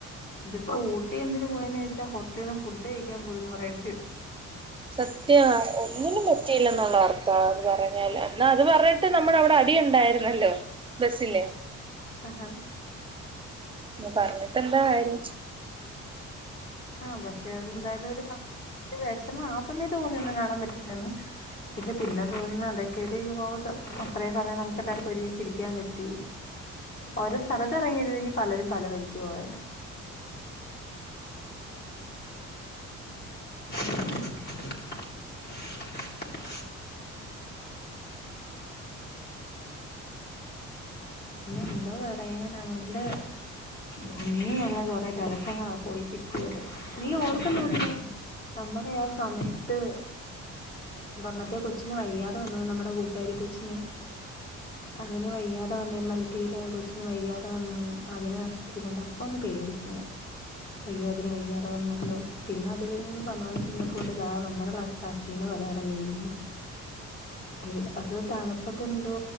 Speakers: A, on the left; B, on the right.
A: ഇതിപ്പോ ഊട്ടി എന്തിനു പോയന്ന് ചോദിച്ച ഹോട്ടലിൽന്ന് ഫുഡ് കഴിക്കാൻ പോയ എന്ന് പറയേണ്ടിവരും.
B: സത്യ ഒന്നിനും പറ്റിയില്ല എന്നുള്ള അർത്ഥം അത് പറഞ്ഞാൽ എന്നാൽ അത് പറഞ്ഞിട്ട് നമ്മുടെ അവിടെ അടി ഉണ്ടായിരുന്നല്ലോ ബസില്ലേ
A: ആഹാ ആഹ്
B: പറഞ്ഞിട്ട എന്താ കാര്യം
A: ആഹ പക്ഷെ അതെന്തായാലും ഒരു ഒരു വിഷം ആ സമയം തോന്നി ഒന്നും കാണാൻ പറ്റില്ലെന്ന് പക്ഷെ പിന്നെ തോന്നുന്നു അതൊക്കെയ ഒരു യോകം അത്രേ സമയം നമുക്ക് എല്ലാർക്കും ഒരുമിചിരിക്കാൻ പറ്റി ഓരോ സ്ഥലത്ത് ഇറങ്ങിയരുതെങ്കിൽ പലരും പല വഴിക്ക് പോയേനെ <unintelligible> പിന്നെ എന്തോ പറയാനാ നല്ല ഭംഗിയുള്ള കൊറെേ ദിവസങ്ങളാ പോയി കിട്ടിയത് നീ ഓർക്കുന്നുണ്ടോ നമ്മുടെ ആ സമയത്ത് മറ്റേ കൊച്ചിന് വയ്യാതെ വന്നു നമ്മുടെ കൂട്ടുകാരി കൊച്ചിന് അങ്ങനെ വയ്യാ അ എം എൽ ടി ല് കൊച്ചിന് വയ്യാതെ വന്ന് അതിനെ ആശുത്രി കൊണ്ട് അപ്പൊ ഒന്ന് പേടിച്ച് ഞാൻ അയ്യോ അതിന് വയ്യാതെ വന്നല്ലോ പിന്നെ അത് കഴിഞ്ഞൊന്ന് സമാദിച്ചിരുന്നപ്പോണ്ട് ദാ നമ്മടെ ക്ലാ <unintelligible> തല കറങ്ങി വീഴുന്ന്
B: <unintelligible>
A: <unintelligible> അത് തണുപ്പത്തെന്തോ